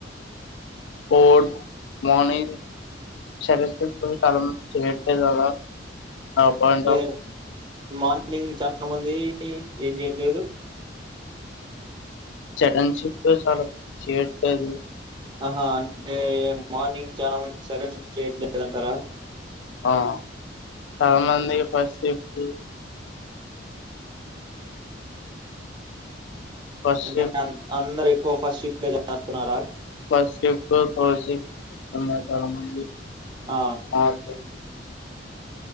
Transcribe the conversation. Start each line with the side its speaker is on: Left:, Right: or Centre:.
Left: ఫోర్ట్ మనింగ్ షరీఫ్ ఇట్లు చాలా మంది చేయట్లే కదా అప్ అండ్
Right: అంటే
Left: డౌన్
Right: మార్నింగ్ చాలా మంది ఏం చేయట్లేదు
Left: చెడ చట్ట చాలా చేయట్లేదు
Right: ఆహా అంటే మార్నింగ్ చాలా మంది సెకన్ షిఫ్ట్ చేయట్లేదంటారా
Left: ఆ చాలా మంది ఫస్ట్ షిఫ్ట్ ఫస్ట్
Right: అంటే
Left: షిఫ్ట్
Right: అంద అందరు ఎక్కువ ఫస్ట్ షిఫ్ట్ కు చేస్తున్నారా
Left: ఫస్ట్ షిఫ్ట్ థర్డ్ షిఫ్ట్ ఉన్నారు చాలామంది
Right: ఆ!
Left: ఆకే